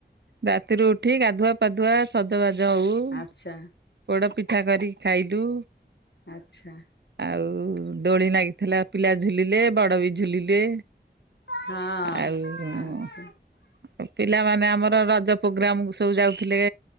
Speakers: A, on the right; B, on the left.
A: ରାତିରୁ ଉଠି ଗାଧୁଆ ପାାଧୁଆ ସଜବାଜ ହଉ,
B: ଆଚ୍ଛା
A: ପୋଡ଼ ପିଠା କରିକି ଖାଇଲୁ
B: ଆଚ୍ଛା।
A: ଆଉ ଦୋଳି ଲାଗିଥିଲା, ପିଲା ଝୁଲିଲେ ବଡ଼ ବି ଝୁଲିଲେ
B: ହଁ
A: ଆଉ
B: ଆଚ୍ଛା
A: ପିଲାମାନେ ଆମର ରଜ ପ୍ରୋଗ୍ରାମ ସବୁ ଯାଉଥିଲେ